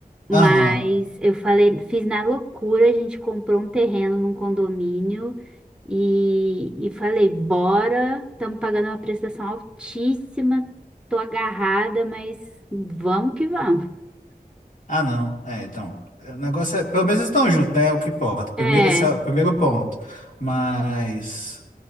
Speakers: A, in the centre; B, on the left.
A: Mas
B: Aham.
A: eu falei, fiz na loucura, a gente comprou um terreno num condomínio e, e falei, bora, estamos pagando uma prestação altíssima, tô agarrada, mas vamos que vamos.
B: Ah, não. É, então. é, O negócio é. Pelo menos eles estão juntos, né? É o que importa. Primeiro,
A: É,
B: esse é o primeiro ponto. Mas.